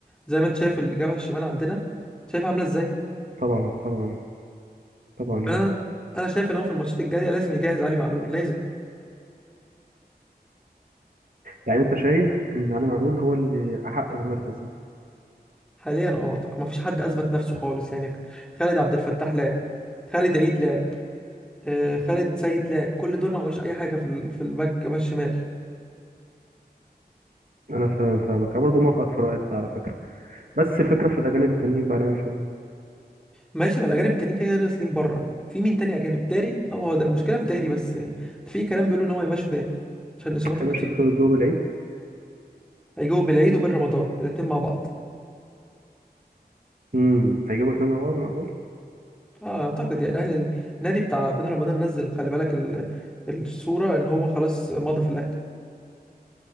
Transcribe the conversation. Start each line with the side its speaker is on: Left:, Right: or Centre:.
Centre: زي ما انت شايف الجبهة الشمال عندنا شايف عاملة ازاي
Right: طبعا طبعا طبعا يعني
Centre: انا انا شايف ان هو في الماتشات الجاية لازم يجهز علي معلول لازم
Right: يعني انت شايف ان علي معلول هو اللي احق بالمركز ده
Centre: حاليا اه طب ما فيش حد اثبت نفسه خالص يعني خالد عبد الفتاح لعب خالد عيد لعب آه خالد سيد لعب كل دول ما عملوش اي حاجة في ال- في الباك الشمال
Right: انا فاهم فاهمك انا برضه موافقك في رايك ده على فكره بس الفكره في الاجانب التانيين بقى نعمل فيهم ايه؟
Centre: ماشي ما الاجانب التانيين كده كده راسلين بره في مين تاني اجانب داري اه هو ده المشكله في داري بس يعني في كلام بيقولوا ان هو يمشوا داري عشان اصاباته
Right: هيبقى
Centre: كتير
Right: شدوا جوه بالعيد
Centre: هيجوا بالعيد وبين رمضان الاتنين مع بعض
Right: امم هيجيبوا الاثنين مع بعض معقول
Centre: اه اعتقد يعني اهل النادي بتاع بين رمضان نزل خلي بالك ال... الصوره ان هو خلاص مضى في الاهلي